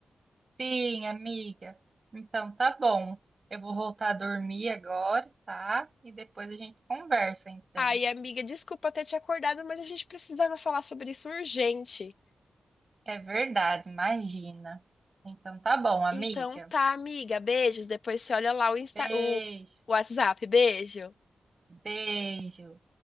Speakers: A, on the right; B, on the left.
A: Sim, amiga. Então tá bom. Eu vou voltar a dormir agora, tá? E depois a gente conversa, então.
B: Ai, amiga, desculpa ter te acordado, mas a gente precisava falar sobre isso urgente.
A: É verdade, imagina. Então tá bom, amiga.
B: Então tá, amiga, beijos. Depois você olha lá o Insta,
A: Beijo,
B: o o WhatsApp. Beijo.
A: beijo.